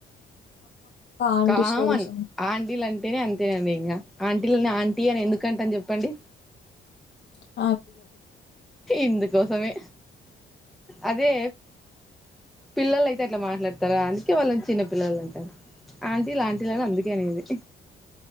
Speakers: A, on the left (about 55°); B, in the centre.
A: ఆంటీ
B: కామ
A: స్టోరీస్
B: ఆంటీలు అంటేనే అంతే అండి ఇంకా ఆంటీలనే టీ అని ఎందుకంట అని చెప్పండి
A: స
B: ఇందుకోసమే అదే పిల్లల అయితే అట్లా మాట్లాడతారా అందుకే వాళ్ళని చిన్న పిల్లలు అంటారు ఆంటీ ఆంటీలని అందుకే అనేది